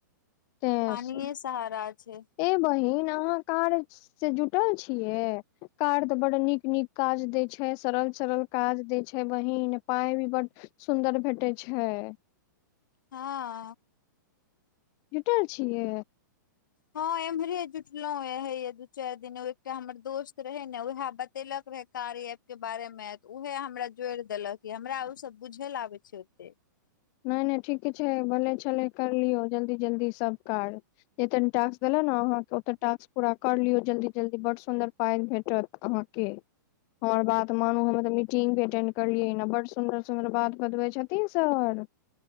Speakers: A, on the left; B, on the left.
A: तें
B: पानीये
A: से
B: सहारा छै
A: ए बहिन अहाँ कार से जुटल छियै कार त बड नीक नीक काज दै छै सरल सरल काज दै छै बहिन पाय भी बड सुन्दर भेटै छैय
B: हँ
A: जुटल छियै
B: हँ एम्हरे जुटलोे दू चार दिन एकटा हमर दोस्त रहे ने उएह ब तेलक रहे कार्य एप के बारे मे त उहे हमरा जोड़ देलक य हमरा ओ सब बुझेल आबे छै ओते
A: नय नय ठीके छै भले छले करलियौ जल्दी जल्दी सब कार जतेन टास्क देले ने अहाँके ओत टास्क पूरा कर लियऔ जल्दी जल्दी बड् सुन्दर पाइ भेटत अहाँ के हमर बात त मानू हमर तऽ मीटिंग भी अटेंड करलियै बड सुन्दर सुंन्दर बात बतबै छथिन सर